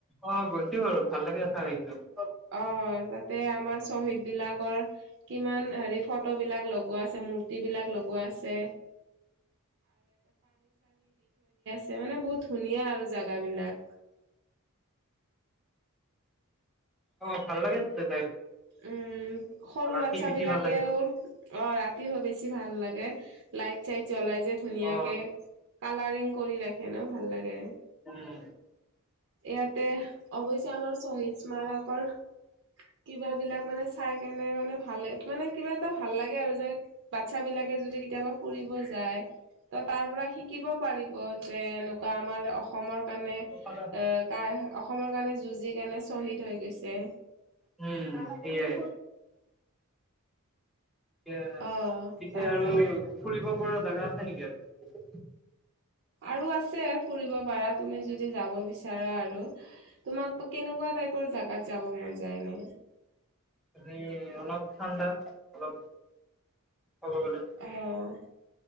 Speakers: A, in the centre; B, on the right.
A: অ', গৈছো বাৰু ভাল লাগে <unintelligible>
B: অ তাতে আমাৰ শ্বহীদ বিলাকৰ কিমান হেৰি ফটো বিলাক লগোৱা আছে মূৰ্তি বিলাক লগোৱা আছে তে মানে বহুত ধুনীয়া আৰু জাগা বিলাক।
A: অ ভাল লাগে <unintelligible>
B: উম, সৰু
A: ৰাতি
B: বাচ্ছাবিলাকেও
A: বেছি ভাল লাগে
B: অ' ৰাত তি হ বেছি ভাল লাগে, লাইট চাইট জ্বলাই যে ধুনীয়াকে।
A: অ
B: কালাৰিং কৰি ৰাখে ন' ভাল লাগে।
A: উম।
B: ইয়াতে অৱশ্যে আমাৰ শ্বহীদ স্মাৰকৰ কিবাবিলাক মানে চাই কেনে মানে ভালে মানে কিবা এটা ভাল লাগে আৰু যে বাচ্ছা বিলাকে যদি কেতিয়াবা ফুৰিব যায় ত' তাৰ পৰা শিকিব পাৰিব। যে এনেকুৱা আমাৰ অসমৰ কাৰণে আ,
A: অ
B: কা অসমৰ কাৰণে যুঁজি কেনে শ্বহীদ হৈ গৈছে।
A: উম, সেয়াই। এতিয়া এতিয়া
B: অ
A: পিছে
B: তাকে
A: আৰু ফুৰিব পৰা জাগা আছে নেকি আৰু?
B: আৰু আছে ফুৰিব পাৰা তুমি যদি যাব বিচাৰা আৰু তোমাক কেনেকুৱা তাইপ পৰ জাগাত যাব মন যায় এনে?
A: মানে অলপ ঠাণ্ডা অলপ ক'ব গ'লে
B: অ'।